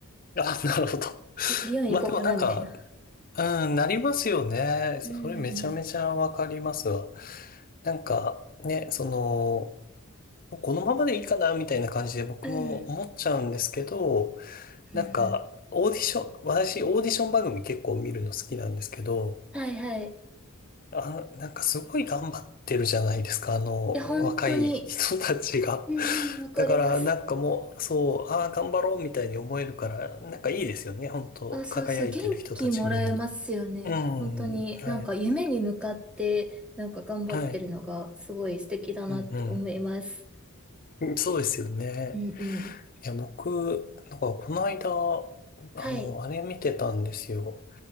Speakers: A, on the left; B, in the centre.
A: えあ、なるほど。<laughs>
B: び美容院行こうかな、
A: まあでもなんか、
B: みたいな。
A: うん、なりますよね。それめちゃめちゃわかりますわ。
B: うんうん。
A: なんか、ね、その、このままでいいかな、みたいな感じで僕も思っちゃうんですけど、
B: うん。うん
A: なんか、オーディション、私、オーディション番組結構見るの好きなんですけど、
B: うん。はいはい。い
A: あ、なんかすごい頑張ってるじゃないですか、あの、
B: や、本当に、
A: 若い人たちが。
B: うんうん、
A: <laughs>
B: わかります。
A: だから、なんかもう、そう、ああ、頑張ろうみたいに思えるから、なんかいいですよね、本当輝いてる人たち見るの。
B: あ、そうそう、元気もらえますよね。
A: うん、
B: 本当になんか夢に向かってなんか頑張ってるのがすごい素敵だなって思います。
A: はい、はい、うん、うん。そうですよね。
B: うんうん。
A: いや、僕、なんかこの間、
B: はい。
A: あの、あれ見てたんですよ。